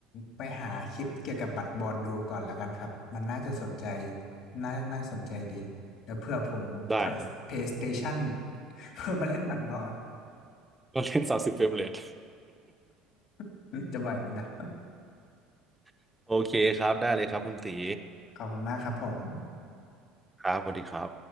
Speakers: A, on the left (about 60°); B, in the centre.
A: ไปหาคลิปเกี่ยวกับบัตรบอลดูก่อนแล้วกันครับ มันน่าจะสนใจน่าน่าสนใจดีเดี๋ยวเผื่อผมถอย
B: ได้ <laughs>
A: PlayStation <laughs> เพื่อมาเล่นบัตรบอล
B: ก็เล่นสามสิบเฟรมเรท
A: <laughs> จะไหวไหมนะ
B: <laughs> โอเคครับได้เลยครับคุณตี
A: ขอบคุณมากครับผม
B: ครับสวัสดีครับ